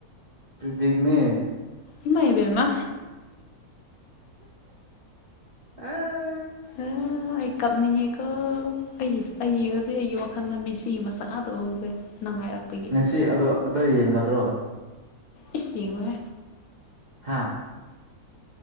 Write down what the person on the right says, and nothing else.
ꯄ꯭ꯔꯤꯇꯛꯅꯤ
ꯑꯥ
ꯅ ꯁꯤ ꯑꯗꯣ ꯑꯗꯣ ꯌꯦꯡꯒꯗ꯭ꯔꯣ
ꯍꯥꯥ